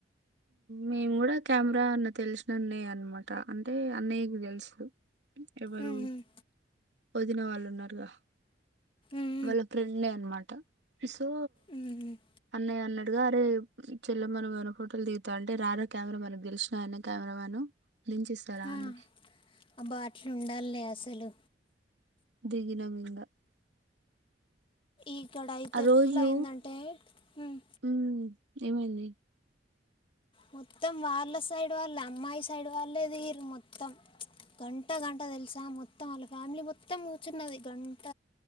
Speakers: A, on the right; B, on the left.
A: మేము కూడా కెమెరా అన్న తెలిసిన అన్నయ్య అనమాట అంటే అన్నయ్యకి తెలుసు ఎవరు
B: "ఉమ్, ఉమ్,
A: వదిన వాళ్ళు ఉన్నారుగా
B: ఉమ్,
A: వాళ్ళ ఫ్రెండ్ ఏ అనమాట్ సో
B: ఉమ్, ఉమ్,
A: అన్నయ్య అన్నడుగా అరే చెల్లెమను వారో ఫోటోలు దిగుతా అంటే రార కెమెరా మనకు గెలిసినా ఐన కెమెరా మ్యాను లించు ఇస్తారాన్నకి
B: ఆ, అబ్బా అట్లా ఉండాలి అసలు
A: దిగిన మీంగా
B: ఇక్కడ అయితే
A: ఆ రోజు
B: ఎట్లా అయిందంటే హ్మ్,
A: ఉమ్ ఏమైంది
B: మొత్తం వాళ్ళ సైడ్ వాళ్ళే అమ్మాయి సైడ్ వాళ్ళే దిగిర్రు మొత్తం గంట గంట తెలుసా మొత్తం వాళ్ళ ఫ్యామిలీ మొత్తం కూర్చున్నది గంట